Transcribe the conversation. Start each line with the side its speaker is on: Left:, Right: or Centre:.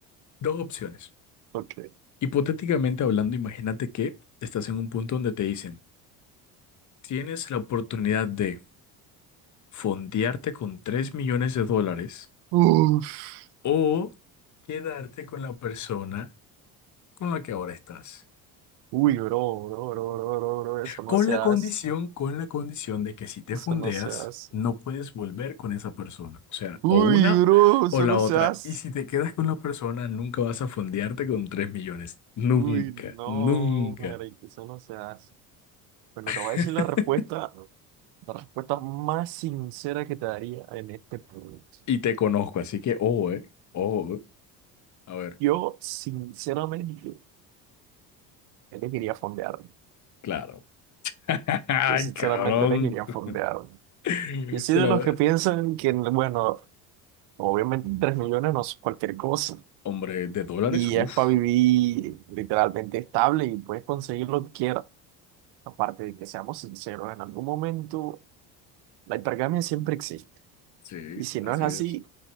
Left: Dos opciones.
Right: Ok.
Left: Hipotéticamente hablando, imagínate que estás en un punto donde te dicen, tienes la oportunidad de... fondearte con 3 millones de dólares
Right: Uf.
Left: o quedarte con la persona con la que ahora estás.
Right: Uy, bro, bro, bro, bro, bro, bro, eso no
Left: Con
Right: se
Left: la
Right: hace,
Left: condición, con la condición de que si te
Right: eso
Left: fondeas,
Right: no se hace.
Left: no puedes volver con esa persona. O sea,
Right: Uy,
Left: o una
Right: bro, eso
Left: o la
Right: no
Left: otra.
Right: se hace.
Left: Y si te quedas con la persona, nunca vas a fondearte con 3 millones. Nunca,
Right: Uy, no,
Left: nunca.
Right: marica, eso no se hace. Bueno, te voy
Left: <laughs>
Right: a decir la respuesta, la respuesta más sincera que te daría en este punto.
Left: Y te conozco, así que ojo, eh. Ojo. eh. A ver,
Right: Yo, sinceramente, elegiría fondear.
Left: claro. <laughs> Ay,
Right: Yo, sinceramente,
Left: cabrón.
Right: elegiría fondear.
Left: <laughs>
Right: Yo soy
Left: Se
Right: de
Left: la...
Right: los que piensan que, bueno, obviamente tres millones no es cualquier cosa.
Left: Hombre, de dólares,
Right: Y
Left: uff.
Right: es para vivir literalmente estable y puedes conseguir lo que quieras. Aparte de que seamos sinceros, en algún momento La hipergamia siempre existe.
Left: Sí,
Right: Y si
Left: así
Right: no es así,
Left: es.